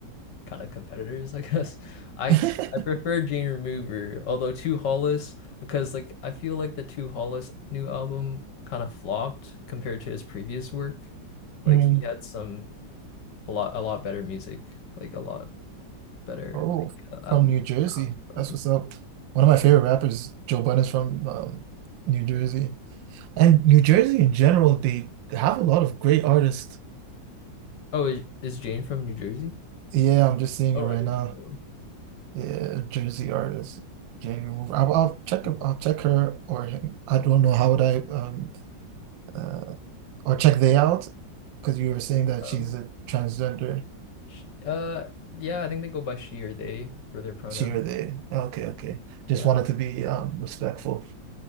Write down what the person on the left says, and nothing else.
kind of competitors, I <laughs> guess. I
I prefer Jane Remover, although Two Hollis, because like I feel like the Two Hollis new album kind of flopped compared to his previous work. Like
he had some a lot a lot better music, like a lot better
like uh, album.
Like
oh, is, is Jane from New Jersey?
Oh,
I didn't
know.
Cool.
Uh,
sh- uh, yeah, I think they go by she or they for their pronoun.
Yeah.